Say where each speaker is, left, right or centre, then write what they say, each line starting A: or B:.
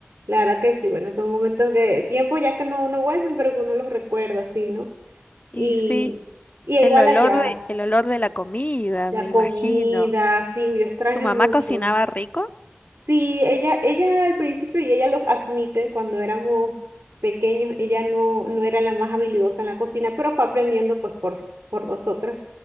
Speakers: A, on the right; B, on the left.
A: La verdad que sí, bueno, son momentos que, tiempo ya que no, no vuelven, pero que uno los recuerda, sí, ¿no?
B: Y
A: Y,
B: sí,
A: y igual
B: el olor
A: allá.
B: de, el olor de la comida,
A: La
B: me imagino.
A: comida, sí, yo extraño
B: Tu mamá
A: mucho.
B: cocinaba rico,
A: Sí, ella, ella al principio, y ella lo admite, cuando éramos pequeños, ella no, no era la más habilidosa en la cocina, pero fue aprendiendo pues por, por nosotros.